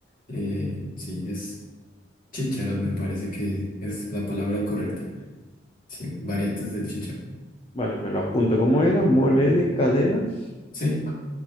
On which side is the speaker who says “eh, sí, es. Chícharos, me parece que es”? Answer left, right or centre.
Left